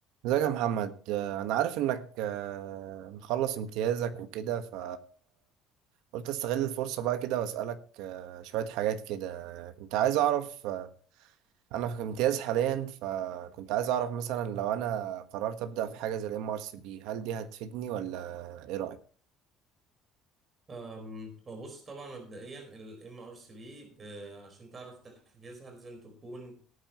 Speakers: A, on the right; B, on the right.
A: ازيك يا محمد آه، انا عارف انك آه، مخلص امتيازك وكده ف قلت استغل الفرصة بقى كده واسألك آه، شوية حاجات كده كنت عايز اعرف آه، انا في امتياز حاليا فكنت عايز اعرف مثلا لو انا قررت ابدأ في حاجة زي الام ار سي بي هل دي هتفيدني ولا ايه رأيك
B: أم، هو بص طبعا مبدئيا ال MRCB ب- عشان تعرف تحجزها لازم تكون